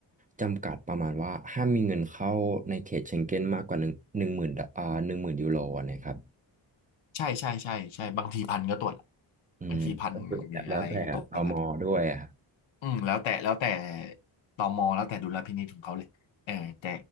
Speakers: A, on the right; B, on the left.
A: จำกัดประมาณว่าห้ามมีเงินเข้าในเขตเชงเก้นมากกว่าหนึ่งหนึ่งหมื่นอ่าหนึ่งหมื่นยูโรนะครับ
B: ใช่ใช่ใช่ใช่บางทีพันก็ตรวจ
A: อืมก็คือแล้วแล้วแต่ตมด้วยอะครับ
B: บางทีพันหรืออะไรก็ตรวจแล้วอืมแล้วแต่แล้วแต่ตมแล้วแต่ดุลพินิจของเขาเลยเออแต่